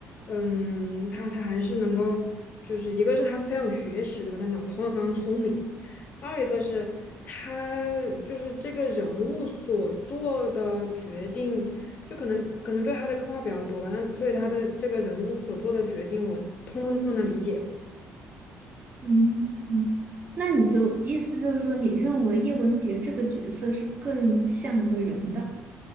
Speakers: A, on the left; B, on the right.
A: 嗯，她她还是能够，就是一个是她非常有学识，对吧？她脑头脑非常聪明。二一个是她就是这个人物所做的决定，就可能可能对她的刻画比较多吧。那所以她的这个人物所做的决定，我通通都能理解。
B: 嗯嗯，那你就意思就是说，你认为叶文洁这个角色是更像一个人的？